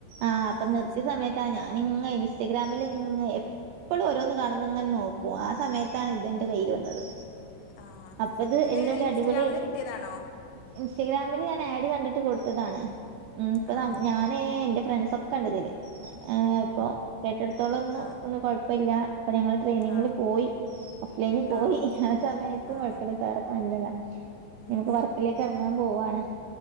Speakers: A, on the right; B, on the left.
A: ആഹ്
B: ഉം
A: അപ്പൊ നിർത്തിയ സമയത്ത് ഞാനിങ്ങനെ ഇൻസ്റ്റഗ്രാമിൽ ഇങ്ങനെ എപ്പ എപ്പളും ഓരോന്ന്കാണുമുംങ്ങനെ നോക്കും ആ സമയാത്താണ് ഇതിന്റെ കയ്യിൽ വന്നത്
B: ആ
A: അപ്പത്
B: ഇത്
A: എല്ലാംഒരു
B: ഇൻസ്റ്റഗ്രാമിൽ
A: അടിപൊളിയായിട്ട്
B: കിട്ടിയതാണോ
A: ഇൻസ്റ്റഗ്രാമിൽ ഞാൻ ആഡ് കണ്ടിട്ട് കൊടുത്തതാണ് ഉം ഇപ്പ
B: ആ
A: താ ഞാനും എന്റെറെ ഫ്രണ്ട്സ് ഒക്കെ ണ്ട് ഇതിൽ ആ പ്പൊ കേട്ടിടുത്തോളം ഒന്നും
B: ആ
A: ന്നും കുഴപ്പല്ല അപ്പൊ ഞങ്ങള് ട്രെയിനിങ്ങില്
B: ആഹ്
A: പോയി ഓഫ് ലൈനിൽ പോയി
B: ആഹ്
A: ആ സമയത്തും
B: ആഹ്
A: കുഴപ്പില്ല സാറൊക്കെ നല്ലതാണ് നമക്ക്
B: ഉം
A: വർക്കിലെ ഇറങ്ങാൻ പോവാണ്